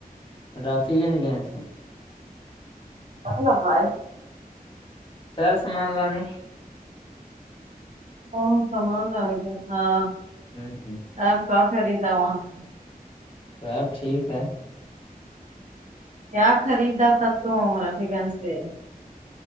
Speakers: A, on the left; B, on the right.
A: رافی کنے گئے تھ
B: کاں
A: سیر سمان ل نے
B: اور سمان لگ گیا ہاں
A: ہوں ہ
B: سپ کا خریدا وہاں پہ
A: سب ٹھیک ہے
B: کیا خریدا تھا تم رفی گنج سے